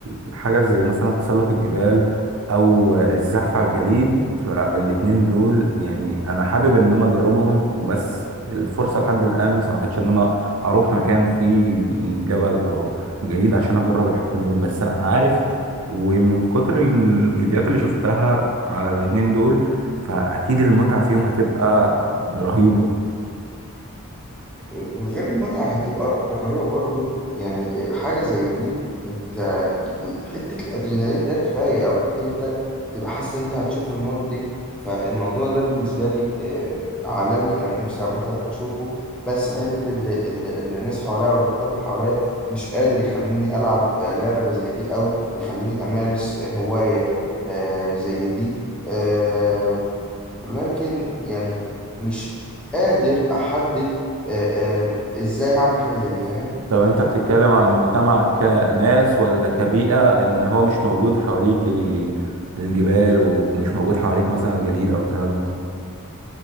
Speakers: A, on the right; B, in the centre.
A: لحاجه زي مثلا تسلق الجبال او الزحف على الجليد فالاتنين دول يعني انا حابب ان انا اجربهم بس الفرصه لحد الان ما سمحتش ان انا اروح مكان فيه جبل او جليد عشان اجرب الحاجتين دول بس انا عارف ومن كتر الفيديوهات اللي شفتها على الاتنين دول فاكيد المتعه فيهم هتبقى رهيبه
B: وغير المتعة هتبقى رهيبة برضو يعني حاجة زي دي انت حتة الأدرينالين ده كفاية أو حتة إن أنت تبقى حاسس إن أنت هتشوف الموت دي فالموضوع ده بالنسبة لي آه، عالمي أنا نفسي عامة أشوفه بس حتة اللي, اللي الناس حواليا والمجتمع حواليا مش قادر يخليني ألعب آه، لعبة زي دي أو يخليني أمارس آه، هواية آه، زي دي آه، لكن يعني مش قادر احدد آه، آه، ازاي هعمل حاجه زي دي فاهم
A: طب انت بتتكلم عن المجتمع كناس ولا كبيئة ان هو مش موجود حواليك ال- الجبال ومش موجود حواليك مثلا الجليد او الكلام ده